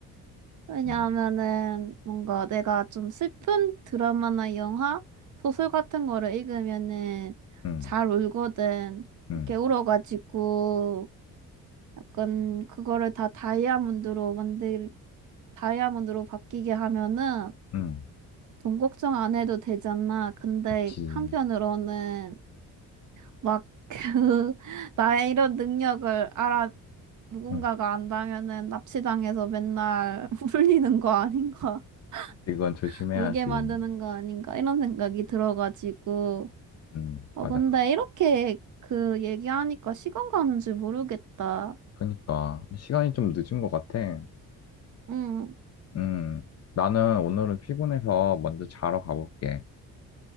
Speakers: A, on the right; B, on the left.
A: 왜냐하면은
B: 응,
A: 뭔가 내가 좀 슬픈 드라마나 영화, 소설 같은 거를 읽으면은
B: 응,
A: 잘 울거든.
B: 응,
A: 이렇게 울어가지고. 약간 그거를 다 다이아몬드로 만들 다이아몬드로 바뀌게 하면은
B: 응.
A: 돈 걱정 안 해도 되잖아. 근데
B: 그치.
A: 한편으로는 막 그 <laughs> 나의 이런 능력을 알아 누군가가
B: 응,
A: 안다면은 납치당해서 맨날 <laughs> 울리는 거 아닌가?
B: 그치, 그건 조심해야지.
A: <laughs> 울게 만드는 거 아닌가? 이런 생각이 들어가지고.
B: 응,
A: 어,
B: 맞아.
A: 근데 이렇게 그 얘기하니까 시간 가는 줄 모르겠다.
B: 그니까 시간이 좀 늦은 것 같아.
A: 응.
B: 음, 나는 오늘은 피곤해서 먼저 자러 가볼게.